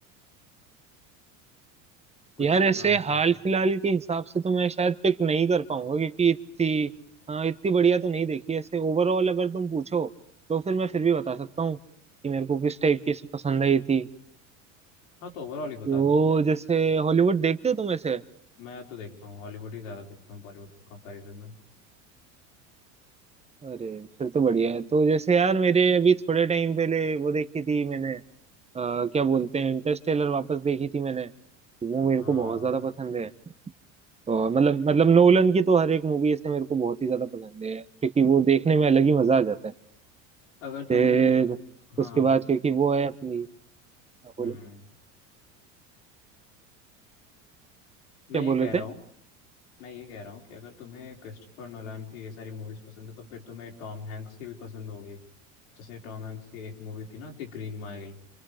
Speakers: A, on the left; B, on the right.
A: कुछ
B: यार
A: जो
B: ऐसे
A: हाँ class
B: हाल
A: हो
B: फिलहाल के हिसाब से तो मैं शायद पिक नहीं कर पाऊंगा क्योंकि इतनी हाँ इतनी बढ़िया तो नहीं देखी ऐसे ओवरऑल अगर तुम पूछो तो फिर मैं फिर भी बता सकता हूँ कि मेरे को किस टाइप की ऐसे पसंद आई थी
A: हाँ तो ओवरऑल ही बता
B: तो
A: दो
B: जैसे हॉलीवुड देखते हो तुम ऐसे
A: मैं तो देखता हूँ हॉलीवुड ही ज़्यादा देखता हूँ बॉलीवुड के कंपैरिजन में
B: अरे फिर तो बढ़िया है तो जैसे यार मेरे अभी थोड़े टाइम पहले वो देखी थी मैंने अ, क्या बोलते हैं इंटरस्टेलर वापस देखी थी मैंने तो वो मेरे
A: हाँ
B: को बहुत ज्यादा पसंद है और मतलब मतलब नोलन की तो हर एक मूवी ऐसे मेरे को बहुत ही ज्यादा पसंद है क्योंकि वो देखने में अलग ही मजा आ जाता है
A: अगर तुम्हें
B: फिर
A: हाँ
B: उसके बाद क्योंकि वो है अपनी क्या
A: हम्म
B: बोले
A: मैं
B: क्या
A: ये
B: बोले
A: कह रहा
B: थे
A: हूँ मैं ये कह रहा हूँ कि अगर तुम्हें क्रिस्टोफर नोलान की ये सारी मूवीज पसंद है तो फिर तुम्हें टॉम हैंक्स की भी पसंद होगी जैसे टॉम हैंक्स की एक मूवी थी ना द ग्रीन माइल